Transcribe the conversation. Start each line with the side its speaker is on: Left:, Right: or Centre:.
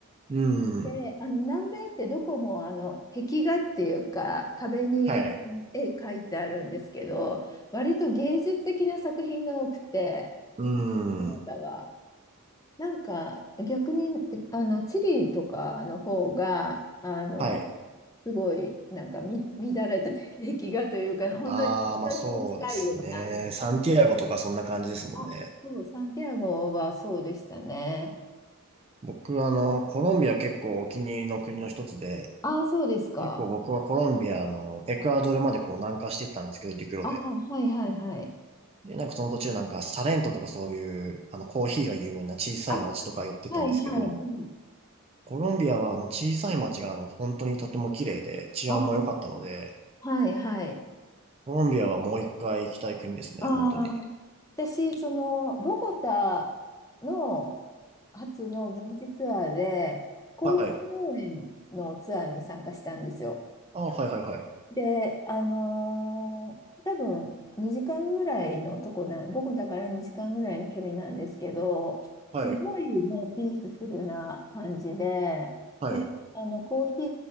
Right: うー
Left: で、
Right: ん。
Left: あの、南米ってどこも、あの、壁画っていうか、壁にうん絵描いてあるんですけど、
Right: はい。
Left: 割と芸術的な作品が多くて、
Right: うーん。
Left: トヨタは。なんか、逆に、あの、チリとかの方が、あの、
Right: はい。
Left: すごい、なんかみ、乱れた壁画というか、本当に落書きに近いような。
Right: ああ、まあそうですね。サンティアゴとかそんな感じですもんね。
Left: あ、そう、サンティアゴはそうでしたね。
Right: 僕、あの、コロンビア結構お気に入りの国の一つで、
Left: ああ、そうですか。
Right: 結構僕はコロンビアのエクアドルまでこう南下していったんですけど、陸路で。
Left: ああ、はいはいはい。
Right: で、なんかその途中なんかサレントとかそういう、あの、コーヒーが有名な小さい町とか寄ってたんですけど、
Left: あ、はいはい。うん
Right: コロンビアはあの小さい町があの本当にとても綺麗で治安も良かったので、
Left: あはいはい。
Right: コロンビアはもう一回行きたい国ですね、
Left: ああ、
Right: 本当に。
Left: 私、その、ボゴタの初の現地ツアーで、コーヒー農園のツアーに参加したんですよ。
Right: はい。あ、はいはいはい。
Left: で、あのー多分2時間ぐらいのとこなん、ボゴタから2時間ぐらいの距離なんですけど、
Right: はい。
Left: すごいもうピースフルな感じで、
Right: はい。
Left: で、あの、コーヒ